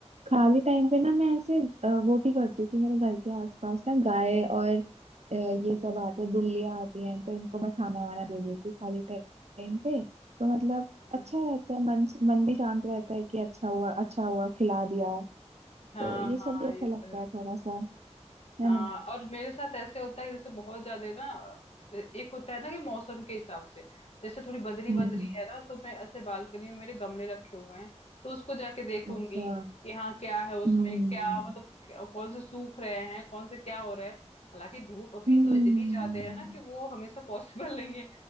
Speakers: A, on the right; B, on the left.
A: खाली टाइम पे ना मैं ऐसे अ, वो भी करती हूँ कि मेरे घर के आसपास ना गाय और अ, ये सब आते हैं बिल्लियाँ आती हैं तो इनको मैं खाना वाना दे देती हूँ खाली टाइम पे तो मतलब
B: हम्म
A: अच्छा रहता है मन मन भी शांत रहता है कि अच्छा हुआ अच्छा हुआ खिला दिया
B: हाँ
A: तो ये
B: हाँ
A: सब भी अच्छा
B: ये
A: लगता
B: तो है
A: है थोड़ा सा है
B: हाँ
A: ना
B: और मेरे साथ ऐसे होता है जैसे बहुत ज्यादा ना एक होता है ना कि मौसम के हिसाब से जैसे थोड़ी बदरी
A: हम्म
B: बदरी
A: हम्म
B: है ना तो मैं ऐसे बालकनी में मेरे गमले रखे हुए हैं तो उसको जाके देखूंगी
A: अच्छा
B: कि हाँ क्या है उसमें
A: हम्म
B: क्या मतलब क्या- कौन से सूख रहे हैं कौन से क्या हो रहा है हालांकि धूप अभी
A: हम्म
B: तो इतनी ज्यादा है ना कि वो हमेशा पॉसिबल नहीं है